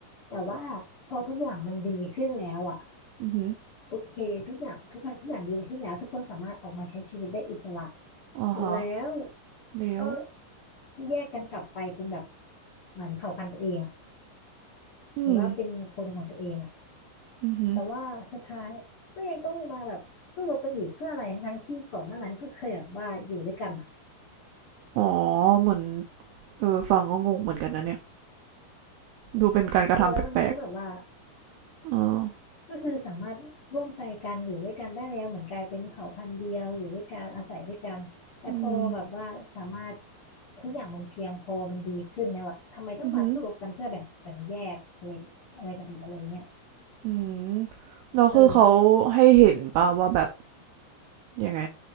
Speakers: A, on the left (about 45°); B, on the right (about 85°).
A: แต่ว่าพอทุกอย่างมันดีขึ้นแล้วอ่ะ
B: อือฮึ
A: โอเคทุกอย่างทุกอย่างทุกอย่างดีขึ้นแล้วทุกคนสามารถออกมาใช้ชีวิตได้อิสระ
B: อ๋อฮะ
A: แล้ว
B: แล้ว
A: ก็แยกกันกลับไปเป็นแบบเหมือนเผ่าพันธุ์ตัวเองอะ
B: อืม
A: หรือว่าเป็นคนของตัวเองอะ
B: อือฮึ
A: แต่ว่าสุดท้ายก็ยังต้องมาแบบสู้รบกันอีกเพื่ออะไรทั้งที่ก่อนหน้านั้นก็เคยแบบว่าอยู่ด้วยกัน
B: อ๋อเหมือนเออฟังก็งงเหมือนกันนะเนี่ยดูเป็นการกระทำแปลก
A: เออแล้วมันก็แบบว่า
B: ๆเออ
A: ก็คือสามารถร่วมใจกันอยู่ด้วยกันได้แล้วเหมือนกลายเป็นเผ่าพันธุ์เดียวอยู่ด้วยกันอาศัยด้วยกันแต่พอแบบว่าสามารถ
B: อืม
A: ทุกอย่างมันเพียงพอมันดีขึ้นแล้วอะทำไมต้องมาสู้รบกันเพื่อแบ่งแบ่งแยกอะไรอะไรกันอีกอะไรเงี้ย
B: อือฮึอืมแล้วคือเขาให้เห็นป่ะว่าแบบ
A: เออ
B: ยังไง